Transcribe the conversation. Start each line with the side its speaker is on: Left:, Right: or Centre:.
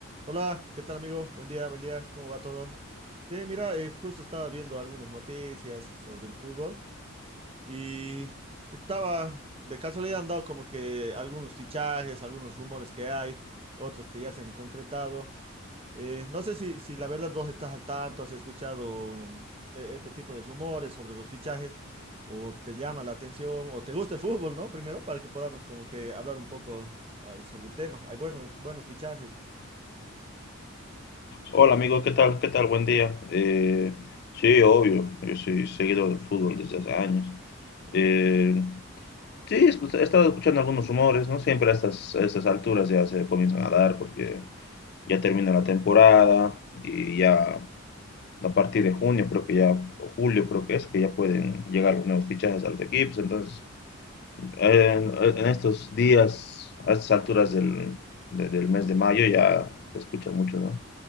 Right: Hola, ¿qué tal amigo? Buen día, buen día, ¿cómo va todo? Sí, mira, eh, justo estaba viendo algunas noticias sobre el fútbol y estaba, de casualidad han dado como que algunos fichajes, algunos rumores que hay, otros que ya se han concretado. Eh, no sé si, si la verdad vos estás al tanto, has escuchado eh, este tipo de rumores sobre los fichajes o te llama la atención o te gusta el fútbol, ¿no? Primero para que podamos como que hablar un poco ah, sobre el tema. Hay buenos, buenos fichajes.
Left: Hola amigo, ¿qué tal? ¿Qué tal? Buen día. Eh, sí, obvio, yo soy seguidor del fútbol desde hace años. Eh, sí, he escu- he estado escuchando algunos rumores, ¿no? Siempre a estas, a estas alturas ya se comienzan a dar porque ya termina la temporada y ya a partir de junio creo que ya, o julio creo que es, que ya pueden llegar los nuevos fichajes a los equipos. Entonces, eh, en, en estos días, a estas alturas del, de- del mes de mayo ya se escucha mucho, ¿no?